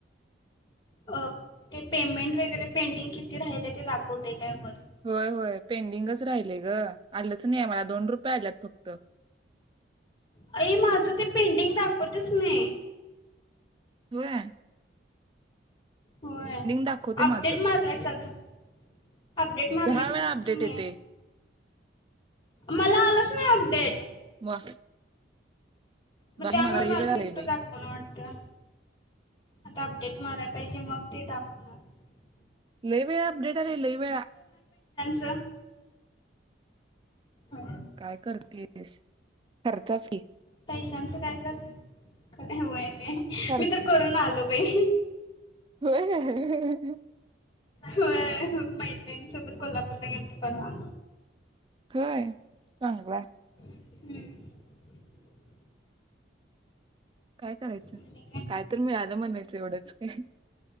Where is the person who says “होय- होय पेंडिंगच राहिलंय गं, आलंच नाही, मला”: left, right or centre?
Right